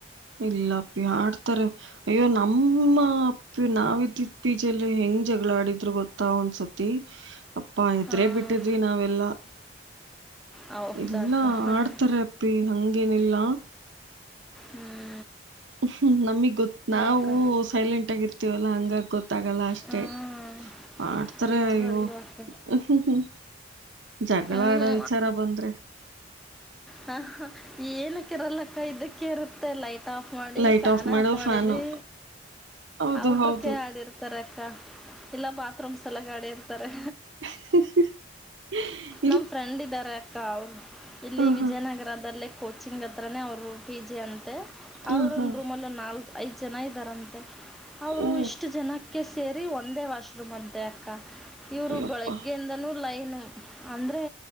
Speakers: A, on the right; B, in the centre.
A: ಇಲ್ಲಪ್ಪಿ ಆಡ್ತಾರೆ. ಅಯ್ಯೋ ನಮ್ಮ ಅಪ್ಪಿ ನಾವಿದಿದ್ ಪಿ ಜಿ ಅಲ್ಲಿ ಹೆಂಗ್ ಜಗಳ ಆಡಿದ್ರು ಗೊತ್ತ ಒಂದ್ಸತಿ. ಅಪ್ಪಾ ಹೆದ್ರೆ
B: ಹಾಂ
A: ಬಿಟ್ಟಿದ್ವಿ ನಾವೆಲ್ಲಾ.
B: ಹೌದಾ
A: ಇಲ್ಲಾ
B: ಅಕ್ಕ ಹಾಂ
A: ಆಡ್ತಾರೆ ಅಪ್ಪಿ ಹಂಗೇನಿಲ್ಲ.
B: ಹ್ಮ್.
A: ಹ ನಮಿಗ್ ಗೊತ್ ನಾವು
B: ಅಕ್ಕ
A: ಸೈಲೆಂಟ್ ಆಗಿರ್ತೀವಲ್ಲ ಹಂಗಾಗ್ ಗೊತ್ತಾಗಲ್ಲ. ಅಷ್ಟೇ
B: ಹಾಂ
A: ಮಾಡ್ತರೆ
B: ನಿಜವಾಗ್ಲೂ
A: ಅಯ್ಯೋ.
B: ಅಕ್ಕ
A: ಹ್ಮ ಹ್ಮ ಹ್ಮ ಜಗಳ
B: ಹ್ಞೂ
A: ಆಡೋ ವಿಚಾರ ಬಂದ್ರೆ.
B: ಹ ಹ ಏನುಕ್ಕಿರಲಕ್ಕ ಇದಕ್ಕೆ ಇರುತ್ತೆ ಲೈಟ್ ಆಫ್ ಮಾಡಿ
A: ಲೈಟ್
B: ಫ್ಯಾನ್
A: ಮಾಡು
B: ಆಫ್ ಮಾಡಿದಿ
A: ಫ್ಯಾನು ಹೌದು
B: ಔಟ್ರಕೆ
A: ಹೌದು
B: ಆಡಿರ್ ತಾರೇ ಅಕ್ಕ ಇಲ್ಲ ಬಾತ್ರೂಮ್ಸ್ ಸಲುವಾಗಿ ಆಡಿರ್ತಾರೆ.
A: <inaudible>
B: ನಮ್ ಫ್ರೆಂಡ್ ಇದ್ದಾರೆ ಅಕ್ಕ ಅವರ್ ಇಲ್ಲಿ
A: ಹ
B: ವಿಜಯನಗರದಲ್ಲೆ.
A: ಹಾ
B: ಕೋಚಿಂಗ್ ಹತ್ರನೆ ಅವರು ಪಿ ಜೆ ಅಂತೆ ಅವರೋಂದು
A: ಹ ಹಾ
B: ರೂಮಲ್ಲ ಒಂದು ನಾಲ್ ಐದು ಜನ ಇದ್ದಾರಂತೆ. ಅವರು
A: ಓ
B: ಇಷ್ಟು ಜನಕ್ಕೆ ಸೇರಿ ಒಂದೇ ವಾಶ್ರೂಮ್ ಅಂತೆೆ ಅಕ್ಕ ಇವರು
A: ಅಯ್ಯಪ್ಪ
B: ಬೆಳಗ್ಗೆಯಿಂದನೂ ಲೈನು ಅಂದ್ರೆ